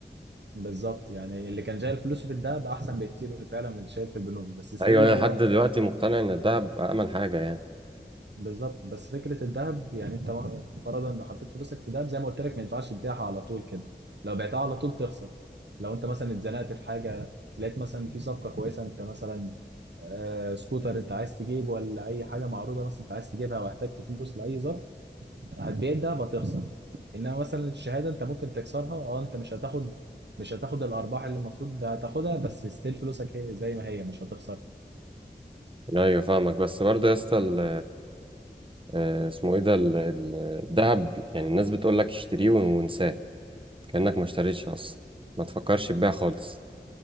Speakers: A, on the right (about 75°); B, on the right (about 30°).
A: بالظبط يعني اللي كان شايل فلوسه في الدهب احسن بكتير فعلا من اللي شايل في البنوك بس ستيل
B: ايوه انا
A: هو
B: لحد دلوقتي مقتنع ان الدهب امن حاجه يعني
A: بالظبط بس فكره الذهب يعني انت ما- فرضا لو حطيت فلوسك في ذهب زي ما قلت لك ما ينفعش تبيعها على طول كده لو بعتها على طول تخسر لو انت مثلا اتزنقت في حاجه لقيت مثلا في صفقه كويسه انت مثلا آه، سكوتر انت عايز تجيب ولا اي حاجه معروضه مثلا انت عايز تجيبها او احتجت فلوس لاي ظرف هتبيع الدهب هتخسر انما مثلا الشهاده انت ممكن تكسرها اه انت مش هتاخد مش هتاخد الارباح اللي المفروض هتاخدها بس ستيل فلوسك هي زي ما هي مش هتخسر
B: ايوه فاهمك بس برضه يا اسطى ال- آه، اسمه ايه ده ال- ال- الدهب يعني الناس بتقول لك اشتريه وانساه كانك ما اشتريتش اصلا ما تفكرش تبيع خالص